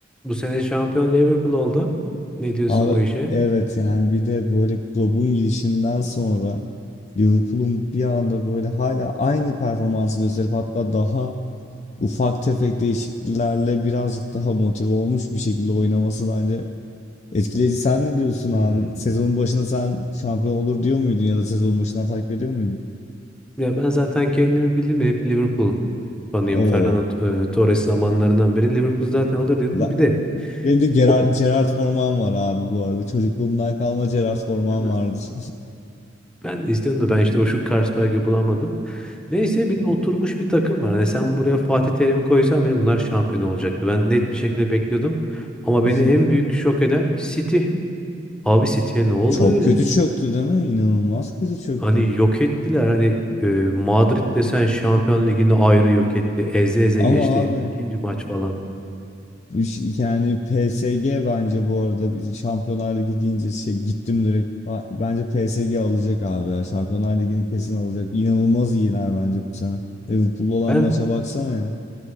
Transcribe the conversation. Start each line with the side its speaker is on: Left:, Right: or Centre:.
Centre: Bu sene şampiyon Liverpool oldu. Ne diyorsun
Left: Abi
Centre: bu işe?
Left: evet yani bir de böyle Klopp'un gidişinden sonra Liverpool'un bir anda böyle hala aynı performansı gösterip hatta daha ufak tefek değişikliklerle birazcık daha motive olmuş bir şekilde oynaması bence etkileyici. Sen ne diyorsun abi?
Centre: Hmm.
Left: Sezonun başında sen şampiyon olur diyor muydun ya da sezonun başından takip ediyor muydun?
Centre: Ya ben zaten kendimi bildim ya hep Liverpool fanıyım.
Left: Oo.
Centre: Fernando e, Torres zamanlarından beri Liverpool zaten alır diyordum.
Left: Ben-
Centre: Bir de
Left: Benim de Gerard,
Centre: o-
Left: Gerard Forman var abi bu arada. Çocukluğumdan kalma Gerard Forman
Centre: Değil mi?
Left: vardır.
Centre: ben de istiyordum da ben işte o şu Carlsberg'i bulamadım. Neyse bir de oturmuş bir takım var. Hani sen buraya Fatih Terim'i koysan bile bunlar şampiyon olacaktı. Ben net bir şekilde bekliyordum. Ama
Left: <laughs>
Centre: beni en büyük şok eden City. Abi City'ye ne oldu
Left: Çok
Centre: öyle?
Left: kötü çöktü değil mi? İnanılmaz kötü çöktü.
Centre: Hani yok ettiler. Hani e, Madrid desen Şampiyon Ligi'ni ayrı yok etti. Eze eze
Left: Ama
Centre: geçti
Left: abi
Centre: ikinci maç falan.
Left: üş- yani PSG bence bu arada biz Şampiyonlar Ligi deyince şey, gittim direkt. Ba- Bence PSG alacak abi ya. Şampiyonlar Ligi'ni kesin alacak. İnanılmaz iyiler bence bu sene. Liverpool'la olan
Centre: Ben
Left: maça baksana ya.